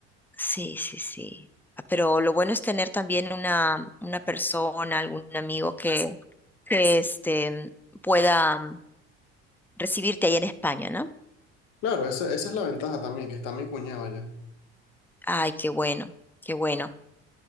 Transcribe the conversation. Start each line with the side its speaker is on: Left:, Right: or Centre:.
Centre: Sí, sí, sí. Ah, Pero lo bueno es tener también una, una persona, algún amigo que, que este, pueda mm, recibirte ahí en España, ¿no?
Left: Claro, esa, esa es la ventaja también, que está mi cuñado allá.
Centre: Ay, qué bueno, qué bueno.